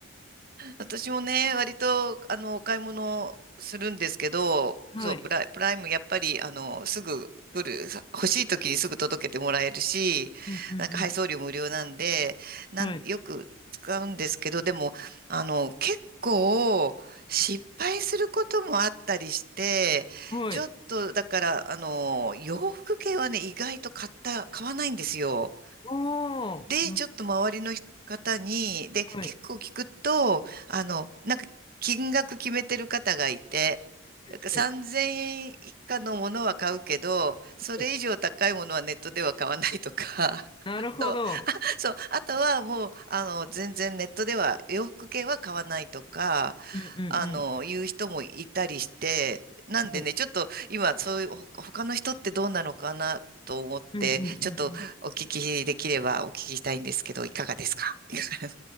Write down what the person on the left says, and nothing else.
<laughs> はい。
うんうん
うん。はい。
はい。
おー。
な
はい。
はい。
はい
なるほど。
うん
う
んうん。はい。
うんうんうんうん。